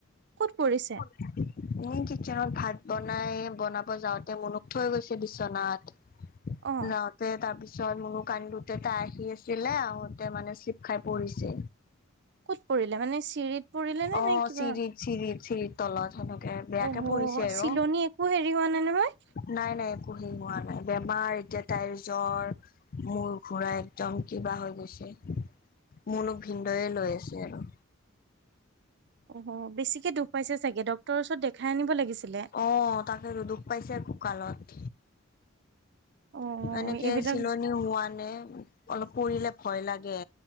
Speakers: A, on the right (about 55°); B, on the left (about 45°).
A: ক'ত পৰিছে?
B: <unintelligible> তুমি কিটচেনত ভাত বনাই বনাব যাওঁতে মনুক থৈ গৈছে বিচনাত।
A: অ
B: লওঁতে তাৰ পিছত মনু কান্দোতে তাই আহি আছে। ছিলে আহোতে মানে চিলিপ খাই পৰিছে।
A: ক'ত পৰিলে মানে চিৰিত পৰিলে নে
B: অ'
A: নে কিবা
B: চিৰিত চিৰিত চিৰিত তলত সেনেকে বেয়াকে
A: অ' হ'
B: পৰিছে আৰু
A: চিলনীত একো হেৰি হোৱা নাই নহয়?
B: নাই, নাই একো হেৰি হোৱা নাই। বেমাৰ এতিয়া তাইৰ জ্বৰ মূৰ ঘূৰাই একদম কিবা হৈ গৈছে। মুনুক ভিনদেউয়ে লৈ আছে আৰু।
A: অ' বেছিকে দুখ পাইছে চাগে, ডক্তৰৰ ওচৰত দেখাই আনিব লাগিছিলে।
B: অ' তাকেতো দুখ পাইছে ককালত।
A: অ
B: এনেকে
A: এইবিলাক
B: চিলনি হোৱা নে, অলপ পৰিলে ভয় লাগে।